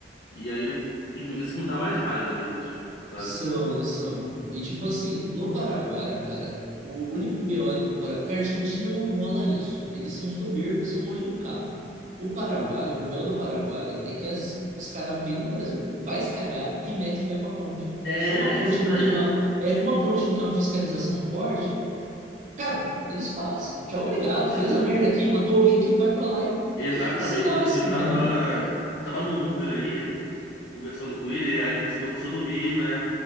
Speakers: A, on the left (about 80°); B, on the right (about 40°).
A: E aí, eu- que, isso que me dá mais raiva neles, sabe?
B: São, eles são. E tipo assim, no Paraguai, cara, o único BO ali do Paraguai, que a Argentina não rola isso. Eles são soberbos, e são mal educados. O Paraguai,
A: Uhum.
B: o BO do Paraguai é que é assim, os caras vêm no Brasil, faz cagada e mete o pé pra ponte.
A: É,
B: E como a ponte
A: isso daí.
B: não tem uma, é, como a ponte não tem uma fiscalização forte, cara, eles passam. Tchau, obrigado.
A: É,
B: Fez a merda aqui, matou alguém aqui, vai pra lá e,
A: exatamente.
B: e, e que se lasque,
A: Eu, eu tava,
B: entendeu?
A: eu tava no Uber aí. conversando com ele, aí ele percebeu que eu sou do Rio, né?